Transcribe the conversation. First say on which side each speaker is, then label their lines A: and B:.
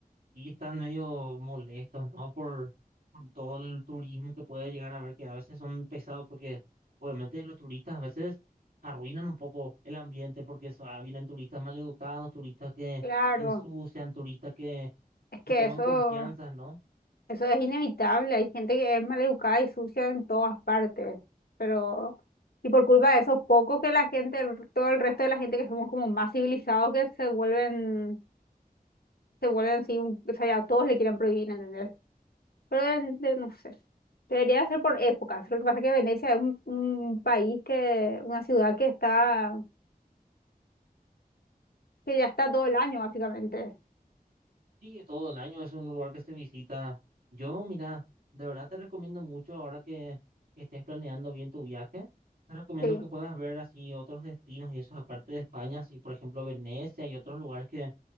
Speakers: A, on the right; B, on the left.
A: Y están medio molestos, ¿no? Por, por todo el turismo que puede llegar a haber, que a veces son pesados porque obviamente los turistas a veces arruinan un poco el ambiente porque so- ah, vienen turistas maleducados, turistas que
B: claro.
A: ensucian, turistas que
B: Es que
A: se toman
B: eso,
A: confianzas, ¿no?
B: eso es inevitable. Hay gente que es maleducada y sucia en todas partes. Pero, y por culpa de eso, poco que la gente, todo el resto de la gente que somos como más civilizados que se vuelven, se vuelven así, un- o sea, ya todos le quieren prohibir, ¿entendés? Pero deben de- no sé. Debería ser por épocas. Lo que pasa es que Venecia es un, un país que, una ciudad que está, que ya está todo el año, básicamente.
A: Y todo el año es un lugar que se visita. Yo, mira, de verdad te recomiendo mucho ahora que, que estés planeando bien tu viaje. Te recomiendo
B: Sí,
A: que puedas ver así otros destinos y eso aparte de España, así por ejemplo Venecia y otros lugares que